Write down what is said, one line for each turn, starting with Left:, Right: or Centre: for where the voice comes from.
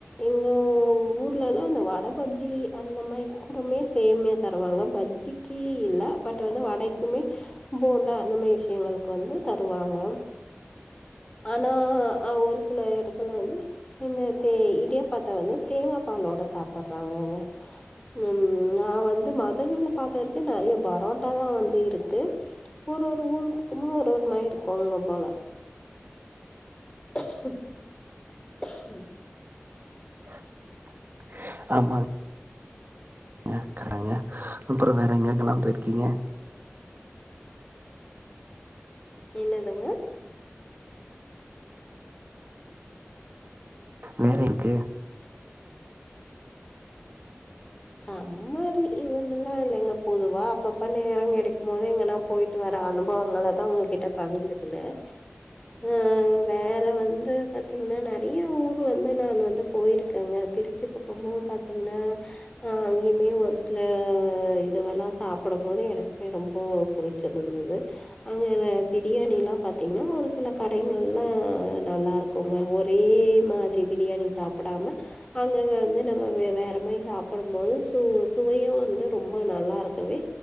Left: எங்க ஊர்லலா அந்த வட பஜ்ஜி அந்த மாதிரி கூட சேமியா தருவாங்க பஜ்ஜிக்கு இல்ல பட் வந்து வடைக்குமே போண்டா அந்த மாதிரி விஷியங்களுக்கு வந்து தருவாங்க ஆனா ஆஹ் ஹா ஒரு சில எடத்துல வந்து இந்த தெ இடியாப்பத்த வந்து தேங்கா பாலோட சாப்படுறாங்கங்க உம் நா வந்து மதுரையில பார்த்த வரைக்கும் நெறைய பரோட்டாதா வந்து இருக்கு ஒரு ஒரு ஊர் பக்கமோ ஒரு ஒரு மாரி இருக்கோங்க போல <inaudible> <inaudible>
Right: <inaudible>
Left: <inaudible>
Right: ஆமா ங்க கடங்க அப்புறோ வேற எங்கெங்கெல்லா போயிருக்கீங்க
Left: என்னதுங்க
Right: வேற ஊர்க்கு
Left: சம்மர் லீவ்லல்லா இல்லங்க பொதுவா அப்பப்ப நேரோ கெடைக்கும்போது எங்கன்னா போயிட்டு வர அனுபவங்களதா உங்ககிட்ட பகிர்ந்துக்குணே உம் வேற வந்து பாத்தீங்கன்னா நெறைய ஊர் வந்து நானு வந்து போயிருக்கேங்க திருச்சி பக்கமோ பாத்தீங்கன்னா ஆ அங்கயுமே ஒரு சில இதுவெல்லா சாப்படும்போது எனக்குமே ரொம்ப புடிச்சிருந்துது அங்க பிரியாணிலா பார்த்தீங்கன்னா ஒரு சில கடைங்கள்ல நல்லாயிருக்கோங்க ஒரே மாதிரி பிரியாணி சாப்புடாம அங்க வந்து நம்ம வேற மாதிரி சாப் புடும்போது சு சுவையோ வந்து ரொம்ப நல்லாயிருக்கவே